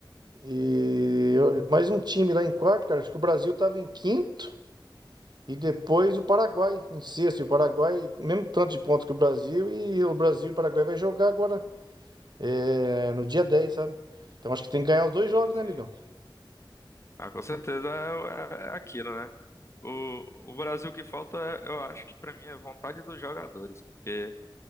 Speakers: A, on the right (about 60°); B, on the left (about 35°).
A: E eu- mais um time lá em quarto, cara. Acho que o Brasil estava em quinto. E depois o Paraguai, em sexto, e o Paraguai, mesmo tanto de pontos que o Brasil, e o Brasil e o Paraguai vai jogar agora, é, no dia 10, sabe? Então acho que tem que ganhar os dois
B: Sim,
A: jogos,
B: sim.
A: né, amigão?
B: Ah, com certeza é, o- é aquilo, né? O, o Brasil que falta, é- eu acho que pra mim é vontade dos jogadores, porque